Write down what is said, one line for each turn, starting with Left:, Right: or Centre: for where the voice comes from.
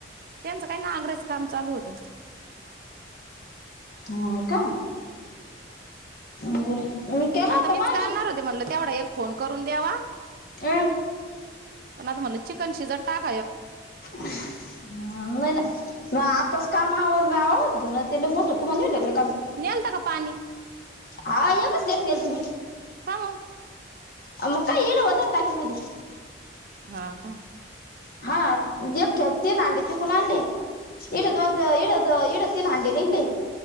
Right: त्यांचं काही नागंरायच काम चालू होत.
Left: ह का बर मी केला होता
Right: आता मीच
Left: मायाशी
Right: करणार होते म्हणलं तेवढा एक फोन करून द्यावा.
Left: अ
Right: न आता म्हनलं चिकन शिजतं टाक
Left: ह नही न म आताच काम आवरल अहो धून ते लयी मोठ तुमाला नही म्हणले
Right: नेलता का पाणी?
Left: हा एक च सेफ नेल ती मी
Right: कामून?
Left: मग काय ईड होत ना टाकी मधी
Right: हा का
Left: हा येक खेप तीन हांडे तीकुण आणले इड दोन इड त इड तीन हंडे निघले